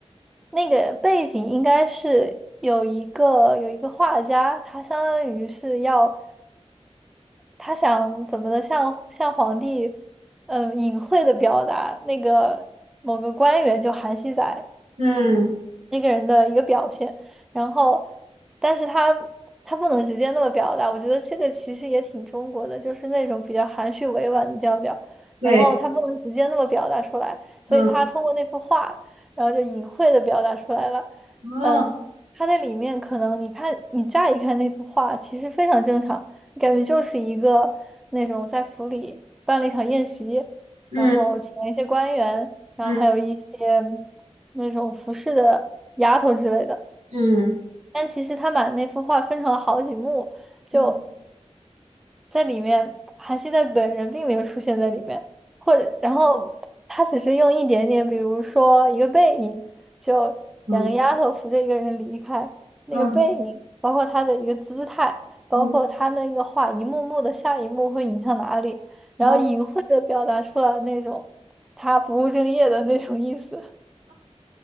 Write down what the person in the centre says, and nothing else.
那个背景应该是有一个有一个画家，他相当于是要。他想怎么的向向皇帝，嗯，隐晦的表达那个某个官员叫韩熙载，
一个人的一个表现，然后，但是他他不能直接那么表达，我觉得这个其实也挺中国的，就是那种比较含蓄委婉的调调，
然后他不能直接那么表达出来，所以他通过那幅画，
然后就隐晦的表达出来了。
嗯，他在里面可能你看你乍一看那幅画，其实非常正常，你感觉就是一个那种在府里办了一场宴席，
然后请了一些官员。然后还有一些
那种服饰的丫头之类的。
但其实他把那幅画分成了好几幕，就
在里面，韩熙载本人并没有出现在里面，或者然后他只是用一点点，比如说一个背影，就
两个丫头扶着一个人离开，那个背影，
包括他的一个姿态，包括他那个画一幕幕的下一幕会引向哪里，
然后隐晦的表达出了那种他不务正业的那种意思。